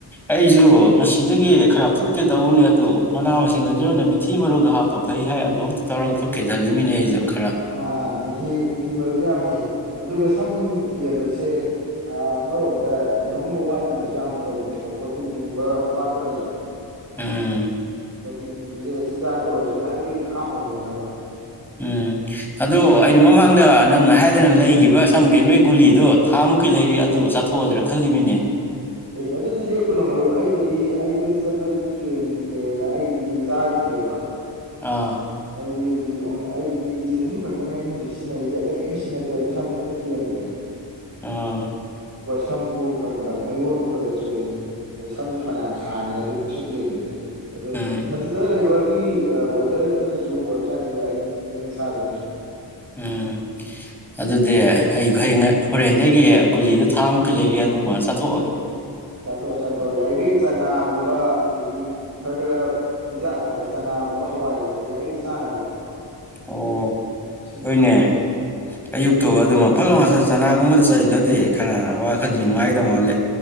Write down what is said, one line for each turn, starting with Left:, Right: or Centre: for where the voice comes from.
Centre: ꯑꯩꯁꯨ ꯉꯁꯤꯗꯒꯤ ꯈꯔ ꯐꯨꯠꯀꯦ ꯇꯧꯕꯅꯦ ꯑꯗꯨꯗꯣ ꯃꯅꯥ ꯃꯁꯤꯡ ꯂꯩꯗ ꯑꯣꯏꯅ ꯃꯤꯊꯤ ꯃꯔꯨꯗꯣ ꯍꯥꯞꯄ ꯐꯩ ꯍꯥꯏ ꯑꯗꯨꯝꯇ ꯇꯧꯔꯒ ꯐꯨꯠꯀꯦ ꯈꯜꯂꯤꯃꯤꯅꯦ ꯑꯩꯁꯨ ꯈꯔ
Right: ꯑꯥ ꯑꯥ ꯃꯦꯊꯤ ꯃꯦꯊꯤ ꯃꯔꯨꯗꯤ ꯌꯥꯝ ꯐꯩ ꯑꯗꯨꯒ ꯁꯝ ꯀꯦꯟꯕꯁꯦ ꯑꯃꯔꯣꯝꯗ ꯀꯩꯅꯣꯒꯨꯝꯕ ꯋꯥꯠꯄꯅꯁꯨ ꯌꯥꯝꯅ ꯇꯧꯕꯅꯤꯀꯣ ꯄ꯭ꯔꯣꯇꯤꯟꯒꯨꯝꯕ ꯋꯥꯠꯄꯅꯁꯨ
Centre: ꯎꯝ
Right: ꯄꯇꯤꯟ ꯀꯨꯨꯝꯕꯁꯦꯁꯤꯤꯟꯖꯥꯛꯛꯇꯣ ꯑꯣꯏꯔ ꯌꯥꯔꯤꯈꯩ ꯍꯥꯞꯅꯕ ꯍꯣꯠꯅꯕ
Centre: ꯎꯝ ꯑꯗꯣ ꯑꯩꯅ ꯃꯃꯥꯡꯗ ꯅꯪꯅ ꯍꯥꯏꯗꯅ ꯂꯩꯈꯤꯕ ꯁꯝ ꯀꯦꯟꯕꯩ ꯒꯨꯂꯤꯗꯣ ꯊꯥ ꯃꯨꯛꯀꯤ ꯂꯩꯔ ꯑꯗꯨ ꯆꯥꯊꯣꯛꯑꯗꯔꯥ ꯈꯜꯂꯤꯃꯤꯅꯦ
Right: ꯑꯦ ꯑꯗꯨꯗꯤ ꯂꯦꯞꯀꯨꯅꯣ ꯃꯔꯨ ꯑꯩꯒꯤꯗꯤ ꯑꯩ ꯌꯨꯝꯗ ꯆꯠꯄꯗꯒꯤ ꯀꯦꯟꯈꯤꯗ꯭ꯔꯦꯅ ꯑꯩꯒꯤꯗꯤ ꯆꯥꯈꯤꯗ꯭ꯔꯦꯕ
Centre: ꯑꯥ
Right: ꯑꯩꯗꯤ ꯍꯧꯖꯤꯛ ꯑꯩꯒꯤꯗꯤ ꯆꯦꯡꯍꯤ ꯈꯛꯇꯅꯦ ꯑꯩꯅ ꯍꯧꯖꯤꯛ ꯁꯤꯖꯤꯟꯅꯔꯤꯁꯦ ꯑꯇꯩ ꯀꯔꯤꯝ ꯁꯤꯖꯤꯟꯅꯗ꯭ꯔꯦ ꯑꯗꯣ ꯁꯝꯗꯦ ꯌꯥꯝꯅ ꯀꯦꯟꯗ꯭ꯔꯦꯕ
Centre: ꯑꯥ
Right: ꯊꯝꯝꯕꯨ ꯈꯒ ꯃꯌꯣꯟꯕꯨ ꯈꯔ ꯈ ꯆꯣꯡꯉꯤ ꯑꯗ ꯁꯝꯁꯨ ꯁꯅꯌꯥꯝ ꯁꯥꯡꯉꯦ ꯑꯗꯨ ꯀꯩꯁꯨ ꯀꯦꯟꯈꯤꯗ꯭ꯔꯦ ꯑꯗꯣ
Centre: ꯎꯝ
Right: ꯑꯗꯨꯗ ꯂꯩꯕ ꯒꯤ ꯋꯦꯗꯔꯗꯨꯅꯁꯨ ꯑꯣꯏꯕꯖꯥꯠꯅꯤꯗ ꯑꯌ ꯑꯌꯪ ꯑꯁꯥꯗꯨꯅꯁꯨ
Centre: ꯎꯝ ꯑꯗꯨꯗꯤ ꯑꯩ ꯍꯌꯦ ꯍꯣꯔꯦꯟꯗꯒꯤ ꯒꯨꯂꯤꯗ ꯊꯥꯃꯨꯛꯀ ꯂꯩꯔꯦ ꯑꯗꯨꯃ ꯆꯥꯊꯣꯛꯑꯒꯦ
Right: ꯁꯥꯊꯣ ꯁꯥꯊꯣ ꯑꯣꯏ ꯌꯥꯏꯒꯩ ꯆꯅꯥꯒꯨꯝꯕ ꯑꯗꯒꯤ ꯈꯔ ꯈꯔ ꯆꯤꯟꯖꯥꯛ ꯑꯐꯕ ꯆꯅꯥꯒꯨꯝꯕ ꯍꯋꯥꯏꯒꯨꯝꯕꯁꯦ ꯌꯥꯔꯤꯈꯩ ꯆꯥꯅꯕ ꯍꯣꯠꯅꯕ
Centre: ꯑꯣ
Right: ꯑꯁꯤꯅꯤ
Centre: ꯍꯣꯏꯅꯦ
Right: ꯌꯥꯝ ꯐꯔꯤꯁꯦ
Centre: ꯑꯌꯨꯛꯇꯣ ꯑꯗꯨꯃ ꯐꯂꯣ ꯉꯁ ꯆꯅꯥꯒꯨꯝꯕꯗ ꯆꯠ ꯏꯜꯂꯗꯤ ꯈꯔ ꯋꯥꯈꯟꯁꯤꯦ ꯅꯨꯡꯉꯥꯏꯗꯧ ꯃꯥꯜꯂꯦ